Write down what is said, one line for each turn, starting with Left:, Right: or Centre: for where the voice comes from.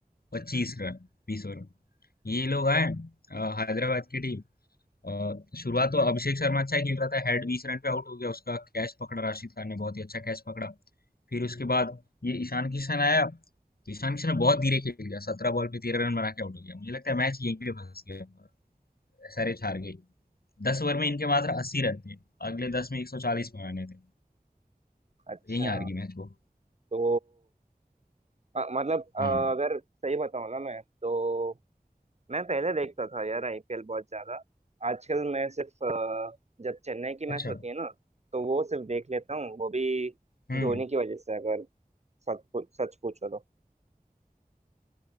Left: पच्चीस रन बीस ओवर में। ये लोग आए अ, हैदराबाद की टीम अ, शुरुआत तो अभिषेक शर्मा अच्छा ही खेल रहा था हेड बीस रन पे आउट हो गया उसका कैच पकड़ा राशिद खान ने बहुत ही अच्छा कैच पकड़ा फिर उसके बाद ये ईशान किशन आया तो ईशान किशन ने बहुत धीरे खेल गया सत्रह बॉल पे तेरह रन बना के आउट हो गया मुझे लगता है मैच यहीं पे फंस गया और एसआरएच हार गई दस ओवर में इनके मात्र अस्सी रन थे अगले दस में एक सौ चालीस बनाने थे
Right: मेरा अच्छा
Left: यहीं हार गई मैच वो
Right: तो अ, मतलब
Left: हाँ
Right: अ, अगर सही बताऊँ ना मैं तो मैं पहले देखता था यार आईपीएल बहुत ज्यादा आजकल मैं सिर्फ अ, जब चेन्नई की मैच
Left: अच्छा
Right: होती है ना तो वो सिर्फ देख लेता हूँ वो भी
Left: हम्म
Right: धोनी की वजह से अगर सच पू- सच पूछो तो